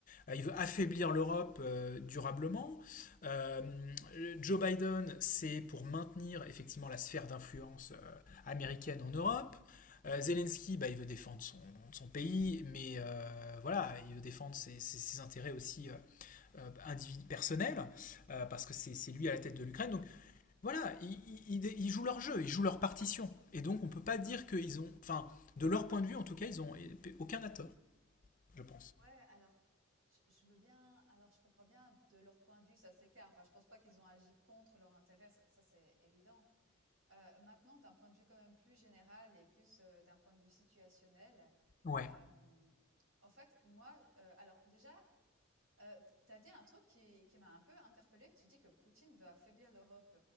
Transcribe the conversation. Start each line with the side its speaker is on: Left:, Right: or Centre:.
Left: euh, il veut affaiblir l'Europe euh, durablement. Euh, Joe Biden, c'est pour maintenir effectivement la sphère d'influence euh, américaine en Europe. Euh, Zelensky, bah, il veut défendre son, son pays, mais euh, voilà, il veut défendre ses, ses, ses intérêts aussi euh, euh, individu- personnels, euh, parce que c'est c'est lui à la tête de l'Ukraine. Donc voilà, ils, il, il jouent leur jeu, ils jouent leur partition. Et donc on peut pas dire qu'ils ont, enfin, de leur point de vue en tout cas, ils ont eh, aucun à tort, je pense.
Right: Ouais, alors, je je veux bien alors, je comprends bien de leur point de vue, ça s'écarte. Enfin, je pense pas qu'ils ont agi contre leur intérêt, ça ça c'est évident. Heu, maintenant d'un point de vue quand même plus général et plus, heu, d'un point de vue situationnel,
Left: Ouais.
Right: hem, en fait, moi, heu, alors déjà, heu, t tu dit un truc qui qui m'a un peu interpellée. Tu dis que Poutine veut affaiblir l'Europe,